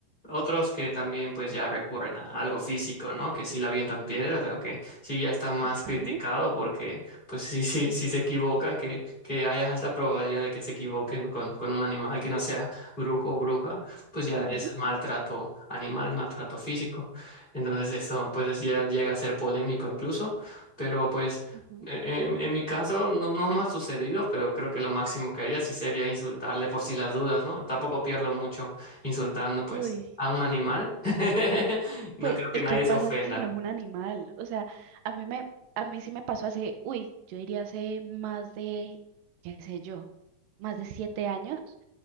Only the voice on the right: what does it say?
Ok.
ujú,
ujú.
Uy,
pues,
¿y
qué pasa
si no es un animal? O sea, a mí me, a mí sí me pasó hace, uy, yo diría hace más de, qué sé yo, más de siete años.